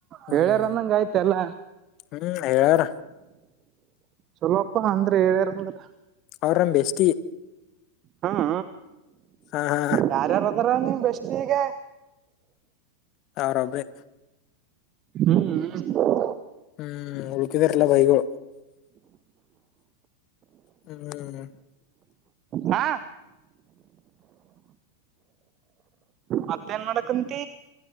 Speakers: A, on the left; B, on the right.
A: ಹ್ಮ್
B: ಹೇಳ್ಯಾರ ಅನ್ನಂಗ ಆಯ್ತ ಎಲ್ಲ
A: ಹ್ಮ್ ಹೇಳ್ಯಾರ
B: ಚಲೋಪ್ಪ ಅಂದ್ರೆ ಹೇಳ್ಯಾರ ಅಂದ್ರ
A: ಅವ್ರ ನಮ್ಮ ಬೆಸ
B: ಹ್ಮ
A: ಹಾ ಹಾ
B: ಯಾರ್ಯಾರದಾರ ನಿಮ ಬೆಷ್ಟ ಈಗ
A: ಅವ್ರೊಬ್ರೇ
B: ಹ್ಮ್ <inaudible>
A: ಹ್ಮ್ ಉಳಕಿದರಲ್ಲ ಬೈಗೋ ಹ್ಮ್
B: ಹಾ ಮತ್ತೇನ್ ಮಾಡಡಕ್ಂತ